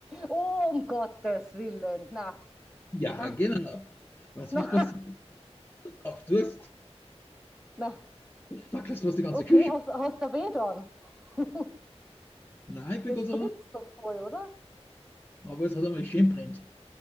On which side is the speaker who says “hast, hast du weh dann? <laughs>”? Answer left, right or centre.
Centre